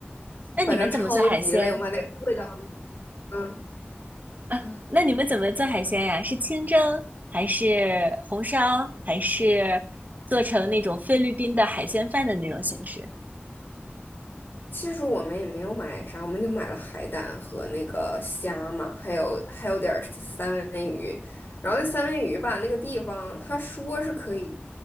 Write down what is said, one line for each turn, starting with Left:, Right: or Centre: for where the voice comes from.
Right: 那你们怎么做海鲜
Left: 反正超级累，我们还得跪到那，嗯
Right: 啊？
Left: 啊
Right: 那你们怎么做海鲜呀？是清蒸还是红烧，还是做成那种菲律宾的海鲜饭的那种形式，
Left: <sniffs> 其实我们也没有买啥，我们就买了海胆和那个虾嘛，还有还有点儿三文鱼，然后那三文鱼吧，那个地方他说是可以